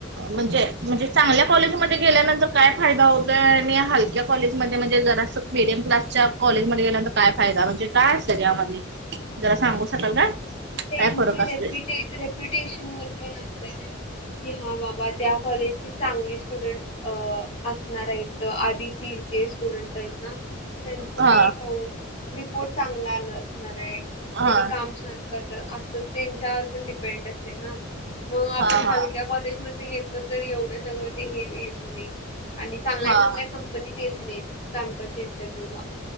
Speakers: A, on the right; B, on the left.
A: म्हणजे म्हणजे चांगल्या कॉलेजमध्ये गेल्यानंतर. काय फायदा होतो आणि हलक्या कॉलेजमध्ये म्हणजे जरा अस मिडियम क्लासच्या कॉलेजमध्येध्ये गेल्यांत. काय फायदा म्हणजे काय असत त्यामध्ये जरा सांगू शकाल का?
B: त्यांची
A: काय फरक असतोय
B: रेप्युटे रेप्युटेशन वर पण असते. की हा बाबा त्या कॉलेजची चांगली स्टुडंट् असणार आहेत. तर आधीची जे स्टुडंट्स आहेत ना त्यांच ते.
A: हा
B: रिपोर्ट चांगला आलं असणार आहे क
A: हा
B: त्यांनी काम छान. अस त्यांच्यावर पण डिपेंड असते ना मग आपण
A: हा हा
B: हलक्या कॉलेजमध्ये. एवढ सगळं ते येत नाही चांग
A: हा
B: चग. येत नाही कमपस इंटरव्ह्यू.